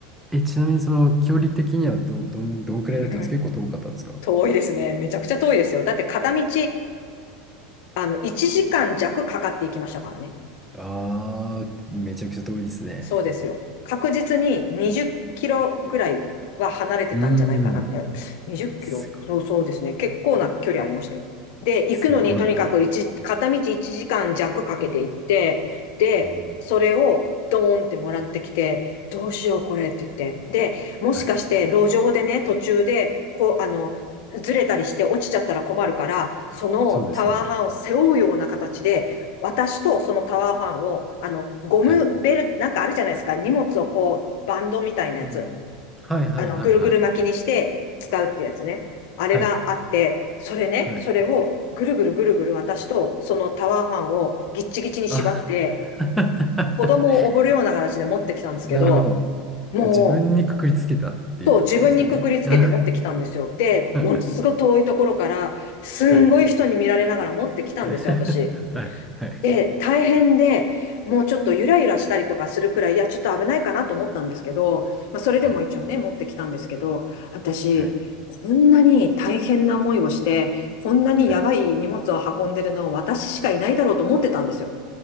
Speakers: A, in the centre; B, on the left.
A: え、ちなみにその距離的にはど、どん、どんくらいだったんですか結構遠かったんですか
B: うん遠いですね。めちゃくちゃ遠いですよ。だって片道あの、1時間弱かかっていきましたからね。
A: あーああ、めちゃくちゃ遠いですね。
B: そうですよ。確実に20キロぐらいは離れてたんじゃないかな。
A: うーん。
B: え、20キロそうそうですね。
A: すごい。
B: 結構な距離ありましたよ。で、
A: すごい。
B: 行くのにとにかく一片道1時間弱かけて行って、で、
A: うん。
B: それをドーンってもらってきて、どうしようこれって言って。で、もしかして路上でね、
A: はい。
B: 途中で、こう、あの、ずれたりして落ちちゃったら困るから、そのタワーハンを背負うような形で、
A: そうですね。
B: 私とそのタワーファンを、あの、ゴムベル、
A: はい。
B: なんかあるじゃないですか。荷物をこう、バンドみたいなやつ。
A: うん。はいはいはいはい。
B: あの、ぐるぐる巻きにして使うってやつね。あれがあって、
A: はい。
B: それね、
A: はい。
B: それをぐるぐるぐるぐる私とそのタワーファンをぎっちぎちに縛って、
A: あ <laughs>
B: 子供を溺るような形で持ってきたんですけど、
A: なるほど。
B: もう、
A: 自分にくくりつけたっていうことですよね。
B: そう、自分にくくりつけて持ってきたんですよ。
A: あ
B: で、
A: <laughs>
B: ものすごい遠いところから、すんごい人に見られながら持ってきたんですよ、
A: はい。いや <laughs>
B: 私。
A: はい。はい。
B: で、大変で、もうちょっとゆらゆらしたりとかするくらい、いや、ちょっと危ないかなと思ったんですけど、まあ、それでも一応ね、
A: はい。
B: 持ってきたんですけど、私、
A: はい。
B: こんなに大変な思いをして、こんなにやばい荷物を運んでるの私しかいないだろうと思ってたんですよ。
A: はい。